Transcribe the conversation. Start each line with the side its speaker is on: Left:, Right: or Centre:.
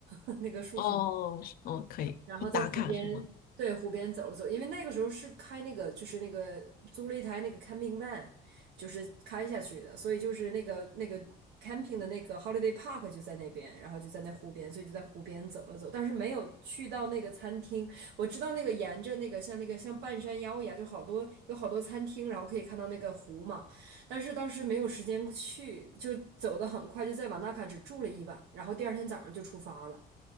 Right: <laughs> 那个树很
Left: 哦，是哦，可以去打卡是吗？
Right: 然后在湖边，对，湖边走了走，因为那个时候是开那个，就是那个租了一台那个 camping van，就是开下去的，所以就是那个那个 camping 的那个 holiday park 就在那边，然后就在那湖边，所以就在湖边走了走，但是没有去到那个餐厅。我知道那个沿着那个像那个像半山腰一样，就好多有好多餐厅，然后可以看到那个湖嘛，但是当时没有时间去，就走得很快，就在瓦纳卡只住了一晚，然后第二天早上就出发了。